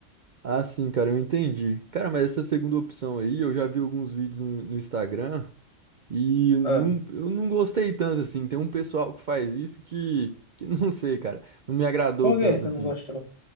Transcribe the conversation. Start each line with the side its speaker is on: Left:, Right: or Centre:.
Right: Ah, sim, cara, eu entendi. Cara, mas essa segunda opção aí, eu já vi alguns vídeos no, no Instagram e não,
Left: Ah,
Right: eu não gostei tanto assim. Tem um pessoal que faz isso que, que <laughs> não sei, cara, não me agradou
Left: por
Right: tanto
Left: que você
Right: assim.
Left: não gostou?